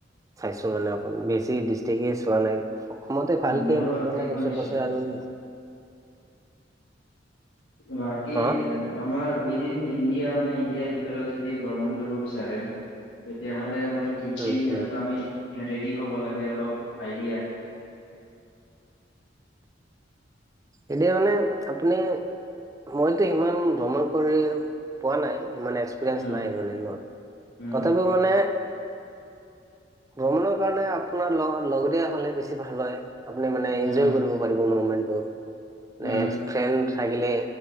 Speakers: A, on the right; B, on the left.
A: চাইছো মানে অকল, বেছি ডিষ্ট্ৰিকে চোৱা নাই। অসমতে ভালকে
B: মোৰো
A: মানে
B: একেই কণ্ডিচন
A: ওচৰে পাছৰে আৰু।
B: বাকী
A: হা
B: আমাৰ উইদিন ইণ্ডিয়া, মানে ইণ্ডিয়াৰ ভিতৰত যদি ভ্ৰমণ কৰিব বিচাৰে তেতিয়া হ'লে মানে কি,
A: উম
B: কি, এনেকুৱা
A: উম
B: আমি ৰেডি হ'ব লাগে অলপ আইডিয়া।
A: এতিয়া মানে আপুনি মইতো সিমান ভ্ৰমণ কৰি পোৱা নাই, ইমান এক্স পেৰিইঞ্চে
B: উম
A: নাই মানে মোৰ,
B: উম
A: তথাপিও মানে ভ্ৰমণৰ কাৰণে আপোনাৰ লগ লগৰীয়া হ'লে বেছি ভাল হয়, আপুনি মানে
B: উম
A: এনজয় কৰিব। পাৰিব মমেণ্টটো,
B: উম
A: নেক্সট ফ্ৰেণ্ড থাকিলে।